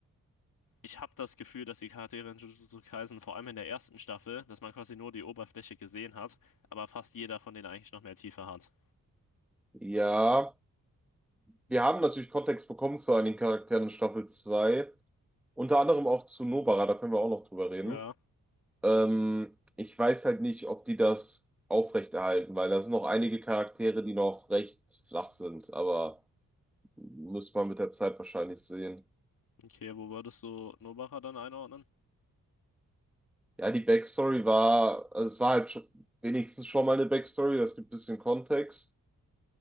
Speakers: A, on the left; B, in the centre.
A: Ich habe das Gefühl, dass die Charaktere in Jujutsu Kaisen vor allem in der ersten Staffel, dass man quasi nur die Oberfläche gesehen hat, aber fast jeder von denen eigentlich noch mehr Tiefe hat.
B: Ja, wir haben natürlich Kontext bekommen zu einigen Charakteren in Staffel 2, unter anderem auch zu Nobara, da können wir auch noch drüber reden.
A: Ja.
B: Ähm, ich weiß halt nicht, ob die das aufrechterhalten, weil da sind noch einige Charaktere, die noch recht flach sind, aber muss man mit der Zeit wahrscheinlich sehen.
A: Okay, wo würdest du Nobacher dann einordnen?
B: Ja, die Backstory war, also es war halt schon, wenigstens schon mal eine Backstory, das gibt ein bisschen Kontext.